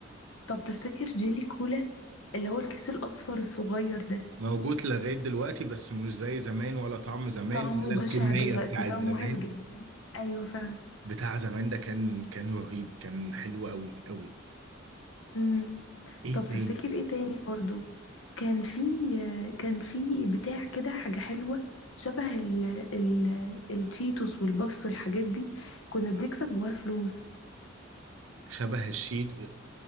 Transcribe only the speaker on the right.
موجود لغايه دلوقتي بس مش زي زمان ولا طعم زمان
ولا
الكميه
بتاعت
زمان
بتاع زمان ده كان كان رهيب كان حلو قوي قوي
ايه
تاني
شبه الشيت